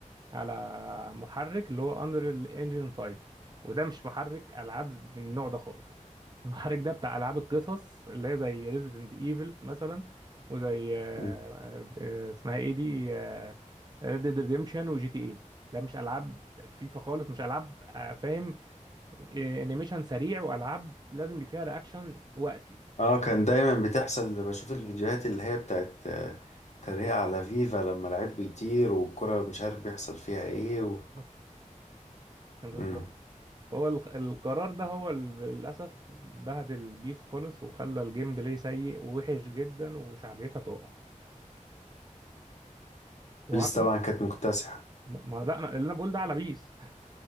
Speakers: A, on the right; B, on the left.
A: على محرك اللي هو انريل انجن 5 وده مش محرك العاب من النوع ده خالص المحرك ده بتاع العاب القصص اللي هي زي ريزيدنت ايفل مثلا وزي آه،
B: مم.
A: آه، آه، اسمها ايه دي ريد ديد ريديمشن وجي تي اي ده مش العاب فيفا خالص مش العاب آه، فاهم آه، انيميشن سريع والعاب لازم يبقى فيها رياكشن وقتي
B: اه كان دايما بتحصل اللي بشوف الفيديوهات اللي هي بتاعت آه، تريقة على فيفا لما لعيب بيطير والكرة مش عارف بيحصل فيها ايه و...
A: بالظبط <laughs>
B: مم.
A: هو الق- القرار ده هو ال- للأسف بهدل البيس خالص وخلى الجيم بلاي سيء ووحش جدا وشعبيتها تقع وعن-
B: بيس طبعا كانت مكتسحة
A: ما لا أنا اللي أنا بقول ده على بيس <laughs>